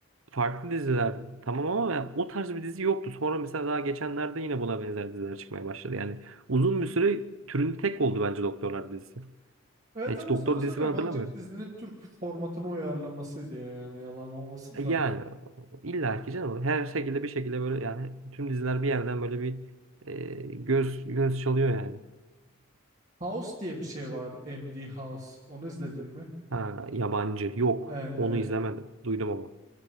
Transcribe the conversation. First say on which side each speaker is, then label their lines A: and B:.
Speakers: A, on the right; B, on the right.
A: farklı diziler tamam ama ya o tarz bir dizi yoktu. Sonra mesela daha geçenlerde yine buna benzer diziler çıkmaya başladı. Yani uzun bir süre türünde tek oldu bence Doktorlar dizisi.
B: evet
A: Hiç
B: ama
A: doktor
B: sanıyorsam
A: dizisi
B: yabancı
A: ben hatırlamıyorum.
B: bir dizinin Türk formatına uyarlamasıydı ya, yani yalan olmasın
A: E Yani
B: da.
A: illa ki canım her şekilde bir şekilde böyle yani tüm diziler bir yerden böyle bir e, göz göz çalıyor yani.
B: House diye bir şey var MD House. Onu izledin mi?
A: Ha, yabancı yok
B: Evet
A: onu
B: evet.
A: izlemedim duydum ama.